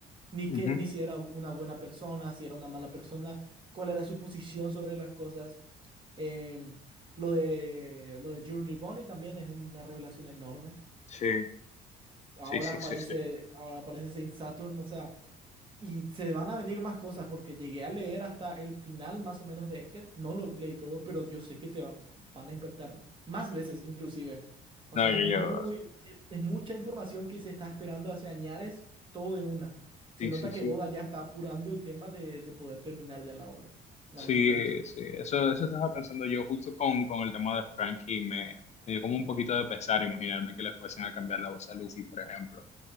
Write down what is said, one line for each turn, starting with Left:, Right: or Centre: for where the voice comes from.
Right: ni
Left: ujú.
Right: que, ni si era una buena persona, si era una mala persona, cuál era su posición sobre las cosas. Em, lo de lo de Jewelry Bonnie también es una revelación enorme.
Left: Sí,
Right: Ahora
Left: sí, sí,
Right: aparece,
Left: sí, sí.
Right: ahora aparece Saint Saturn, o sea, y se van a venir más cosas porque llegué a leer hasta el final más o menos de Egghead. No lo leí todo, pero yo sé que te va- van a impactar más veces inclusive. O
Left: No,
Right: sea,
Left: yo,
Right: es muy,
Left: yo,
Right: es, es mucha información que se está esperando hace añares, todo de una. Se
Left: sí,
Right: nota
Left: sí, sí.
Right: que Oda ya está apurando el tema de, de poder terminar ya la obra en
Left: Sí,
Right: algún momento.
Left: eh, sí. Eso, eso estaba pensando yo justo con, con el tema de Frankie. Me, me dio como un poquito de pesar imaginarme que les fuesen a cambiar la voz a Luffy, por ejemplo.